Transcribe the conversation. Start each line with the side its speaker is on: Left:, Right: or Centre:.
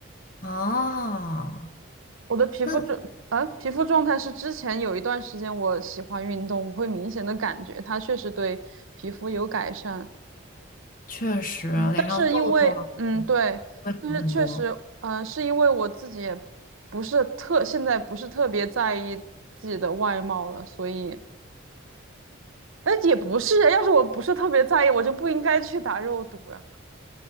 Left: 啊？
Right: 我的皮肤状啊，
Left: 那
Right: 皮肤状态是之前有一段时间我喜欢运动，我会明显的感觉它确实对皮肤有改善。
Left: 确实脸上痘痘啊
Right: 嗯，但是因为嗯对，
Left: 会好很多。
Right: 但是确实嗯、呃是因为我自己也不是特现在不是特别在意自己的外貌了，所以哎也不是啊，要是我不是特别在意，我就不应该去打肉毒呀，